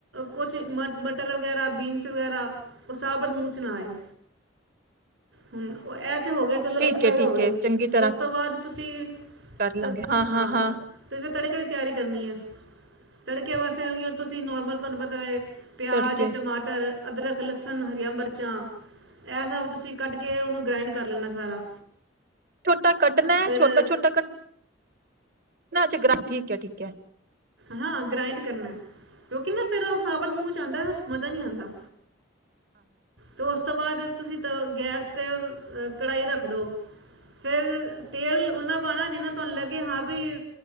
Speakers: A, on the right; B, on the right.
A: ਕੁੱਛ ਮ ਮ ਟਰ ਵਗੈਰਾ ਬੀਨਸ ਵਗੈਰਾ ਉਹ ਸਾਬਤ ਮੂੰਹ ਚ ਨਾ ਆਏ, ਹੁਣ ਓ ਐ ਤੇ ਹੋ ਗਿ ਚਲੋ
B: ਠੀਕ
A: ਇੱਕ ਸਾਈਡ
B: ਏ ਠੀਕ
A: ਹੋ ਗਈ
B: ਏ ਚੰਗੀ ਤਰ੍ਹਾਂ
A: ਤੋ ਉਸ ਤੋਂ ਬਾਅਦ ਤੁਸੀਂ
B: ਕਰ ਲਾਂਗੇ
A: ਤ-
B: ਹਾਂ-ਹਾਂ-ਹਾਂ।
A: ਹਾਂ ਤੇ ਫਿਰ ਤੜਕੇ ਦੀ ਤਿਆਰੀ ਕਰਨੀ ਐ ਤੜਕੇ ਵਾਸਤੇ ਓਹੀ ਓ ਤੁਸੀਂ ਨੋਰਮਲ ਤੁਹਾਨੂੰ ਪਤਾ ਵ ਪਿਆਜ,
B: ਤੜਕੇ
A: ਟਮਾਟਰ, ਅਦਰਕ ਇੱਕ ਲਸਣ, ਹਰੀਆਂ, ਮਿਰਚਾਂ ਇਹ ਸਭ ਤੁਸੀਂ ਕੱਟ ਕੇ ਉਹਨੂੰ ਗਰਾਇੰਡ ਕਰ ਲੈਣਾ ਸਾਰਾ
B: ਛੋਟਾ ਕੱਟਣਾ
A: ਫਿਰ
B: ਐ ਛੋਟਾ-ਛੋਟਾ ਕਟ ਨਾ <unintelligible> ਠੀਕ ਐ ਠੀਕ ਐ
A: ਹਾਂ ਗ੍ਰਾਇੰਡ ਕਰਨਾ ਕਿਉਂਕ ਨਾ ਫੇਰ ਉ ਸਾਬਤ ਮੂੰਹ ਚ ਆਉਂਦਾ ਮਜ਼ਾ ਨੀ ਆਉਂਦਾ ਤੇ ਉਸ ਤੋਂ ਬਾਅਦ ਤੁਸੀਂ ਤ ਗੈਸ ਤੇ <unintelligible> ਅ ਕੜਾਹੀ ਰੱਖਦੋ ਫੇਰ ਤੇਲ ਉਹਨਾਂ ਪਾਣਾ ਜਿਨਾ ਤੁਹਾਨੂੰ ਲੱਗੇ ਹਾਂ ਬਈ